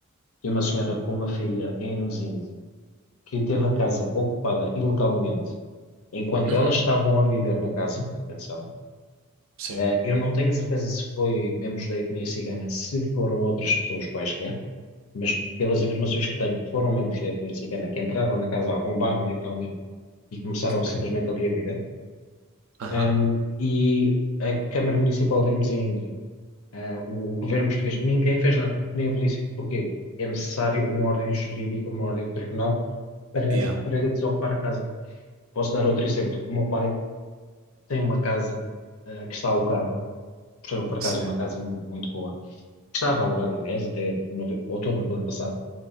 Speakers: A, on the left (about 75°); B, on the right (about 70°).
A: de uma senhora com uma filha em Mzinde que teve a casa ocupada ilegalmente enquanto
B: Uhum.
A: elas estavam a viver na casa, atenção.
B: Sim,
A: eh, eu não tenho a certeza se foi membros da etnia cigana, se foram outras pessoas quaisquer, mas pelas informações que tenho, foram membros da etnia cigana que entraram na casa, arrombaram literalmente e começaram simplesmente
B: sim.
A: ali a vida.
B: Aham.
A: Ahm, e a Câmara Municipal de Hermesinde, ah, o, o governo português, ninguém fez nada, nem a polícia. Porquê? É necessário uma ordem jurídica, uma ordem de tribunal para,
B: Yeah.
A: para desocupar a casa. Posso dar outro exemplo. O meu pai tem uma casa, ah, que está alugada, por, por acaso
B: Sim,
A: é uma casa mu- muito boa, que estava alugada, aliás, até no- outubro do ano passado